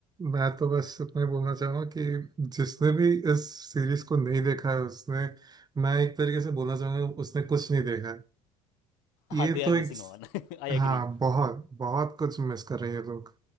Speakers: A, on the right; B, on the left.
A: मैं तो बस इतना ही बोलना चाहूंगा कि जिसने भी इस सीरीज को नहीं देखा है उसने मैं एक तरीके से बोलना चाहूंगा उसने कुछ नहीं देखा है ये
B: हाँ they are
A: तो
B: missing
A: एक
B: on I agree
A: हाँ बहुत बहुत कुछ मिस कर रहे हैं ये लोग